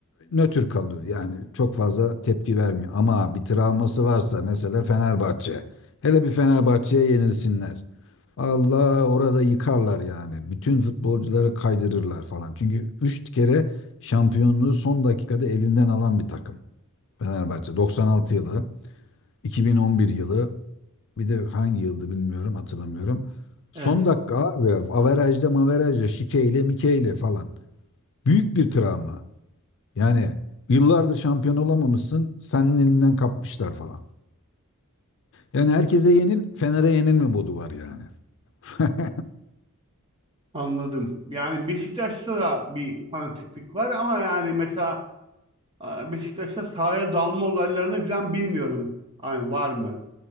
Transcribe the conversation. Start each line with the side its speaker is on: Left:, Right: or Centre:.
Left: nötr kalıyor. Yani çok fazla tepki vermiyor. Ama bir travması varsa mesela Fenerbahçe. Hele bir Fenerbahçe'ye yenilsinler. Allah orada yıkarlar yani. Bütün futbolcuları kaydırırlar falan. Çünkü 3 kere şampiyonluğu son dakikada elinden alan bir takım. Fenerbahçe 96 yılı, 2011 yılı, bir de hangi yıldı bilmiyorum hatırlamıyorum. Son
Right: Evet,
Left: dakika abi averajda maverajda şikeyle mikeyle falan. Büyük bir travma. Yani yıllardır şampiyon olamamışsın, senin elinden kapmışlar falan. Yani herkese yenil, Fener'e yenilme modu var yani. <laughs>
Right: anladım. Yani Beşiktaş'ta da bir fanatiklik var ama yani mesela e, Beşiktaş'ta sahaya dalma olaylarını falan bilmiyorum. Hani var mı?